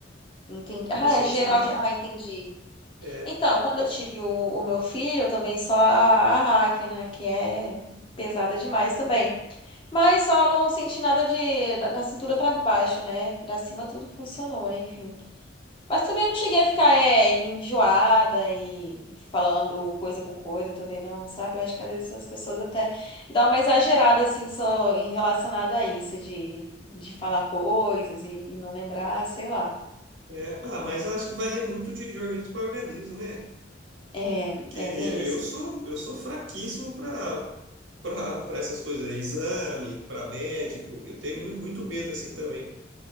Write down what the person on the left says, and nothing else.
Entendi.
Ah,
é geral.
ge- Ah, entendi.
Então, quando eu tive o, o meu filho, eu tomei só a, a hack, né? Que é pesada demais também. Mas só não senti nada de, da, da cintura pra baixo, né? Pra cima tudo funcionou, né, enfim. Mas também não cheguei a ficar é, enjoada e falando coisa com coisa também, não, sabe? Eu acho que às vezes as pessoas até dão uma exagerada, assim, só em relacionado a isso, de, de falar coisas e, e não lembrar, sei lá.
É,
é,
tem isso.